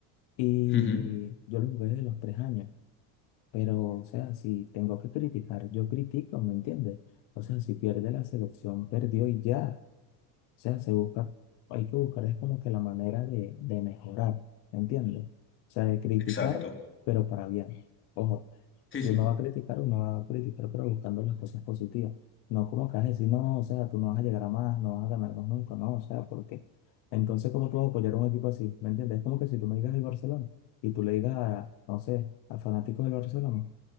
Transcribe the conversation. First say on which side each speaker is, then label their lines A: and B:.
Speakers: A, on the left; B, on the left.
A: y
B: Ujú.
A: yo lo jugué desde los tres años, pero, o sea, si tengo que criticar, yo critico, ¿me entiendes? O sea, si pierde la selección, perdió y ya. O sea, se busca, hay que buscar es como que la manera de, de mejorar, ¿me ¿entiendes? O sea, de criticar,
B: Exacto.
A: pero para bien. Ojo, si
B: Sí, sí.
A: uno va a criticar, uno va a criticar, pero buscando las cosas positivas. No como que vas a decir, no, o sea, tú no vas a llegar a más, no vas a ganar más nunca, no, o sea, porque entonces, ¿cómo tú vas a apoyar a un equipo así? ¿Me entiendes? Es como que si tú me digas el Barcelona y tú le digas a, no sé, a fanáticos del Barcelona